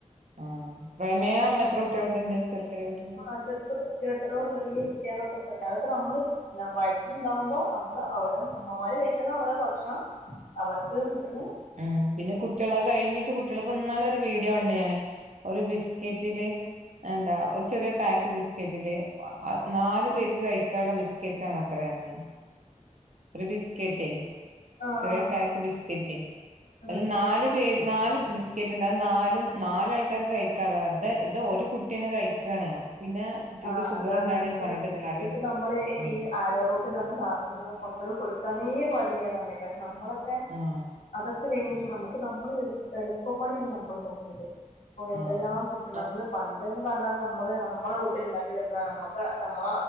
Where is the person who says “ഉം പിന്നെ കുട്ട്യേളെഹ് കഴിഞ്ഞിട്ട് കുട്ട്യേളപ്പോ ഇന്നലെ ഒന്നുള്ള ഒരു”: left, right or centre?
Right